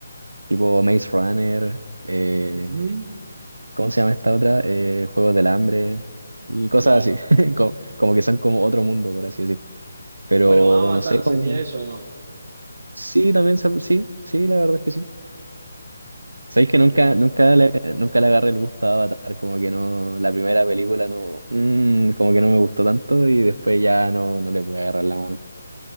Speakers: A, on the right; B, on the right.
A: tipo Maze Runner, eh,
B: ujú,
A: ¿cómo se llama esta otra? Eh, Juegos del Hambre y cosas
B: claro.
A: así, <laughs> como, como que son como otro mundo por así decir. Pero
B: Bueno, Avatar
A: no sé,
B: sería
A: como
B: eso, ¿o ¿no?
A: sí, también se- sí, sí, la verdad es que sí. Sabéis que nunca,
B: Ahí, eh.
A: nunca le, nunca le agarré el gusto a Avatar, como que no, la primera película no, mm, como que no me gustó tanto y después ya no, no le pude agarrar la mano.